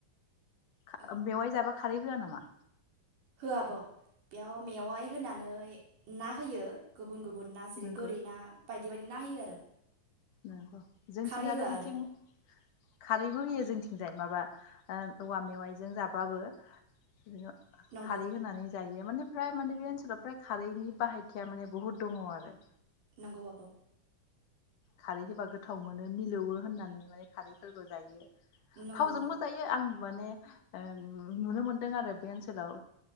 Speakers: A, on the left (about 80°); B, on the right (about 85°).
A: खा
B: औ
A: मेवाय जाबा खारै होआ नामा?
B: होआ आब'। बेयाव मेवाइ होनानै ना होयो गुबुन गु बुन ना जेरै
A: नंगौ
B: गोरै ना बाय दि ना होयो आरो
A: नंगौ। जोंथिं
B: खारै
A: आरो
B: होआ
A: बिथिं खारैबो होयो। जोंथिंजाय माबा ओ औवा मेवाइजों जाबाबो बिदिनो
B: नंगौ
A: खारै होनानै जायो। माने फ्राय माने बे ओनसोलाव फ्राय खारैनि बाहायथिया माने बहुत दङ' आरो
B: नंगौ आब'।
A: खारै होबा गोथाव मोनो मिलौवो होननानै माने खारैफोरबो जायो।
B: नंगौ
A: थावजोंबो जायो। आं माने ओ नुनो मोनदों आरो बे ओनसोलाव।